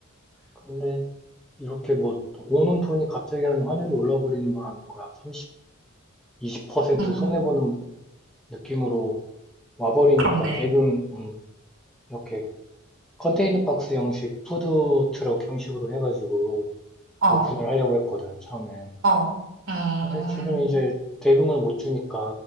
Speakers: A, in the centre; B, on the right.
A: 근데 이렇게 뭐, 오는 돈이 갑자기 하는 환율이 올라 버리는 바람에 거의 한 삼십, 이십 퍼센트
B: 음,
A: 손해보는 느낌으로 와버리니까
B: 그렇네.
A: 대금 음, 이렇게 컨테이너 박스 형식, 푸드 트럭 형식으로 해가지고
B: 어,
A: 오픈을 하려고 했거든, 처음엔.
B: 어, 음.
A: 근데 지금 이제 대금을 못 주니까